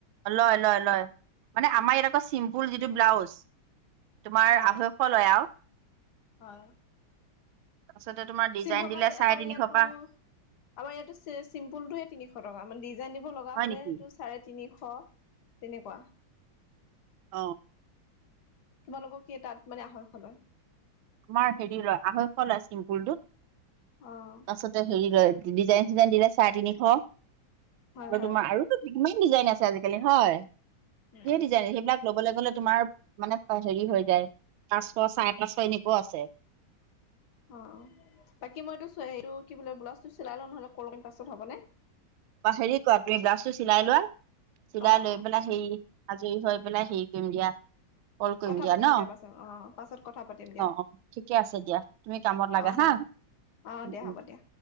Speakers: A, on the right; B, on the left.
A: লয় লয় লয় মানে আমাৰ এ কোৱা চিম্পুল যিটো ব্লাউজ তোমাৰ
B: হয়,
A: আঢ়ৈশ লয় আৰু।
B: হয়।
A: তাৰপিছতে তোমাৰ ডিজাইন
B: চিম্পুল
A: দিলে চাৰে
B: আমাৰ
A: তিনিশ
B: ইয়াতো
A: পৰা
B: আমাৰ ইয়াতো চিম্পুলটোৱে তিনিশ টকা ডিজাইন দিব লগা
A: হয়
B: হলেটো
A: নেকি
B: চাৰে তিনিশ তেনেকুৱা।
A: অ।
B: তোমালোকক কি তাত মানে আঢ়ৈশ লয়।
A: আমাৰ হেৰি লয় আঢ়ৈশ লয় চিম্পুলটোত।
B: অ',
A: আছতে হেৰি লয়। ডিজাইন চিজাইন দিলে চাৰে তিনিশ। আৰু
B: হয়, হয়,
A: তো তোমাৰ কিমান ডিজাইন আছে আজিকালি হয়।
B: উম,
A: সেই ডিজাইন সেইবিলাক ল'ব লাগেঋ গলে তোমাৰ মানে হেৰি হৈ যায় পাঁচশ চাৰে পাঁচশ এনে কোৱা আছে।
B: অ বাকী মই এইটোটো কি বোলে ব্লাউজটো চিলাই লও নহলে কল কৰিম পাছত হবনে?
A: বা হেৰি কোৱা তুমি ব্লাউজটো চিলাই লোৱা। চিলাই
B: অ
A: লৈ
B: অ
A: পেলাই হে আজৰি হৈ পেলাই হেৰি কৰিম দিয়া। কল কৰিম
B: কথা পাতিম
A: ন
B: দিয়া পাছত অ পাছত কথা পাতিম দিয়া
A: অ অ ঠিকে আছে দিয়া তুমি কামত লাগা
B: অঁ হ'ব
A: হা
B: অঁ
A: উম
B: দিয়া
A: উম
B: হ'ব দিয়া।